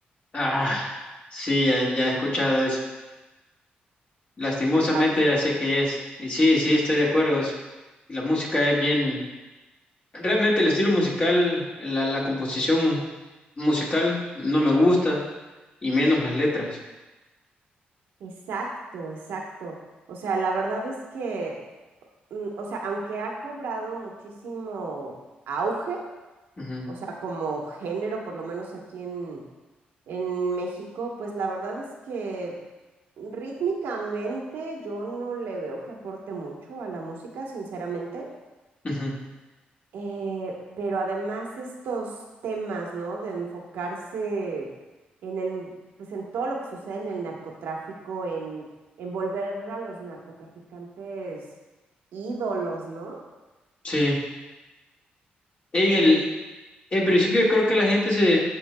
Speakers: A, on the left; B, on the right.
A: Ah, sí, ya, ya he escuchado eso. Lastimosamente
B: La ver-
A: ya sé qué es. Y sí, sí, estoy de acuerdo. Es- La música es bien... Realmente el estilo musical, la, la composición musical no me gusta y menos las letras.
B: Exacto, exacto. O sea, la verdad es que, mm, o sea, aunque ha cobrado muchísimo auge,
A: Ujú,
B: o sea, como género, por lo menos aquí en, en México, pues la verdad es que rítmicamente yo no le veo que aporte mucho a la música, sinceramente.
A: ujú.
B: Eh, pero además estos temas, ¿no? De enfocarse en el, pues en todo lo que sucede en el narcotráfico, en, en volver a los narcotraficantes ídolos, ¿no?
A: Sí. En
B: Y
A: el, en principio creo que la gente se